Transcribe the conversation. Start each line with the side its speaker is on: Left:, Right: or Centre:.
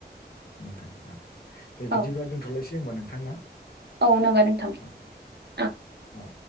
Left: आ दे
Right: औ
Left: बिदिब्ला दोन्थ'लायसै होमबा नोंथां ना।
Right: औ नंगौ नोंथां
Left: औ
Right: अ।
Left: औ